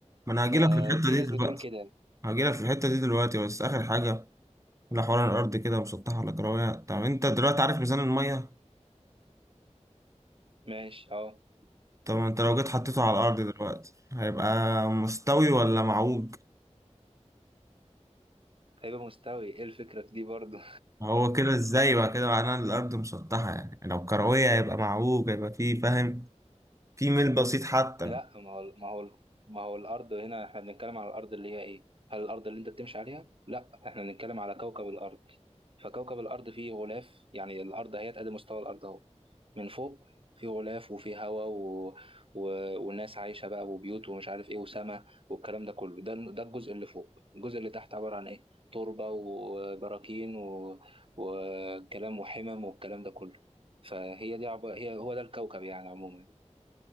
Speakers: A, on the right; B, on the right.
A: ما انا
B: ففي
A: هجيلك في الحته دي
B: ناس
A: دلوقتي
B: بتقول كده
A: هجيلك في الحته دي دلوقتي بس اخر حاجه لحوار الارض كده مسطحه ولا كرويه طب انت دلوقتي عارف ميزان الميه
B: ماشي اه
A: طب انت لو جيت حطيته على الارض دلوقتي هيبقى مستوي ولا معوج
B: هيبقى مستوي ايه الفكره في دي برضه
A: هو كده ازاي بقى كده معناها إن الارض مسطحه يعني لو كرويه هيبقى معوج هيبقى فيه فاهم في ميل بسيط حتى
B: لا ما هو ما هو ما هو الارض هنا احنا بنتكلم على الارض اللي هي ايه هل الارض اللي انت بتمشي عليها لا احنا بنتكلم على كوكب الارض فكوكب الارض فيه غلاف يعني الارض اهي ادي مستوى الارض اهو من فوق فيه غلاف وفيه هواء و... و... والناس عايشه بقى وبيوت ومش عارف ايه وسماء والكلام ده كله ده ده الجزء اللي فوق الجزء اللي تحت عباره عن ايه تربه وبراكين و... وكلام وحمم والكلام ده كله فهي دي عب... هي هو ده الكوكب يعني عموما